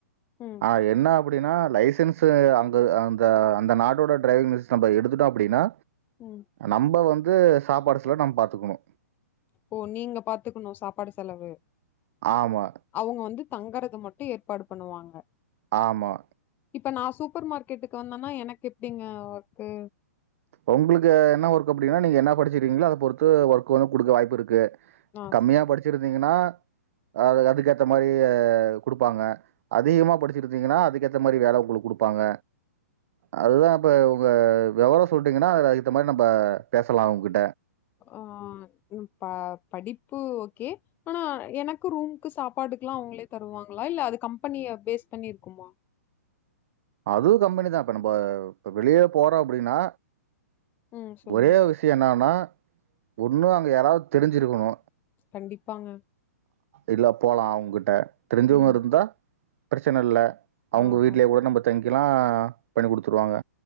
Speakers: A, on the left (about 20°); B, on the right (about 55°).
A: ம்
B: ஆ எத் அப்புடின்னா லைசன்ஸ் அங்க அந்த அந்த நாடோட டிரைவிங் லைசன்ஸ் நம்ப எடுத்துட்டோ அப்புடின்னா
A: ம்
B: நம்ப வந்து சாப்பாடு செலவு நம்ம பாத்துக்கணு
A: ஓ நீங்க பாத்துக்கணு சாப்பாடு செலவு
B: ஆமா
A: அவங்க வந்து தங்கறது மட்டு ஏற்பாடு பண்ணுவாங்க
B: ஆமா
A: இப்ப நா சூப்பர் மார்க்கெட்டுக்கு வந்தேன்னா எனக்கு எப்பிடிங்க வர்க்கு
B: உங்குளுக்கு என்ன ஒர்க்கு அப்டின்னா நீங்க என்ன படிச்சிருக்கீங்களோ அத பொறுத்து ஒர்க் வந்து குடுக்க வாய்ப்பு இருக்கு
A: நா
B: கம்மியா படிச்சிருந்தீங்கன்னா அது அதுக்கேத்த மாரி குடுப்பாங்க அதிகமா படிச்சிருத்தீங்குனா அதுக்கேத்த மாரி வேல உங்குளு குடுப்பாங்க அதுதா இப்ப உங்க வெவரொ சொல்ட்டீங்கனா ரைத்த மாரி நம்ப பேசலா உங்கிட்
A: ஆ ப்ப படிப்பு ஓகே ஆனா எனக்கு ரூம்க்கு சாப்பாடுக்கலாஅவுங்ளே தருவாங்ளா இல்ல அது கம்பனி அபேஸ் பண்ணிர்க்குமா
B: ப்ரூ கம்பெனி தா இப்ப நம்ப இப்ப வெளியே போறோ அப்புடினா
A: ம் சொல்லுங்க
B: ஒரே விஷ்ய என்னானா ஒன்னு அங்க யாராவ்து தெரிஞ்சிருக்குணு
A: கண்டிப்பாங்க
B: இல்ல போலா அவுங்குட்ட தெரிஞ்சவுங்
A: ம்
B: இருந்தா ப்ரச்சனல்ல அவுங்க
A: ஆ
B: வீட்லே
A: ஆ
B: கூட நம்ப தங்கிலா பண்ணி குடுத்துருவாங்க